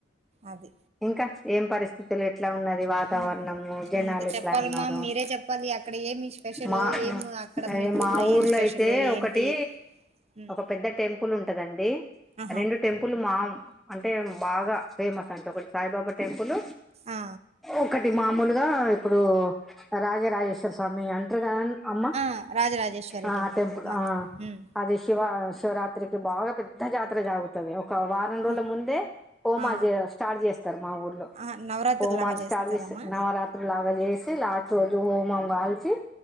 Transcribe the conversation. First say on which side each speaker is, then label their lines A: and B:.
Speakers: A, on the right; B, in the centre.
A: అది
B: ఇంకా ఏం పరిస్థితులు ఇట్లా ఉన్నది వాతావరణము
A: ఉమ్,
B: జనాలు
A: ఇంకా
B: ఎట్లా
A: చెప్పాలమ్మా
B: ఉన్నారు
A: మీరే చెప్పాలి అక్కడ ఏమి స్పెషల్
B: మా
A: ఏం అక్కడ
B: అయ
A: మీ
B: మా ఊర్లో
A: ఏం స్పెషల్
B: అయితే
A: ఏంటి
B: ఒకటి
A: ఉమ్,
B: ఒక పెద్ద టెంపుల్ ఉంటదండి
A: ఆహా
B: రెండు టెంపుల్ మాం అంటే బాగా ఫేమస్ అంటే ఒకటి సాయిబాబా టెంపుల్
A: ఆ
B: ఒకటి మామూలుగా ఇప్పుడు రాజరాజేశ్వర స్వామి అంటారు కద అమ్మా
A: ఆ రాజరాజేశ్వరి
B: ఆ టెంపుల్
A: మాత్ ఉమ్,
B: అదే శివ శివరాత్రికి బాగా పెద్ద జాతర జాగుతుంది ఒక వారం రోజుల
A: ఆ
B: ముందే హోమా
A: ఆ,
B: చే స్టార్ట్ చేస్తారు మా ఊర్లో
A: ఆ, నవరాత్రి
B: హోమాలు
A: లాగా చేస్తారమ్మా
B: స్టార్ట్ చేస్త నవరాత్రు లాగా చేసి లాస్ట్ రోజు హోమం గాల్చి